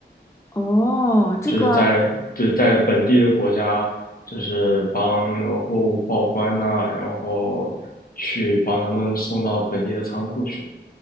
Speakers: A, on the left (about 15°); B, on the left (about 50°).
A: 哦，这个
B: 就是在对在本地的国家，就是帮那个货物报关呐、然后去帮他们送到本地的仓库去。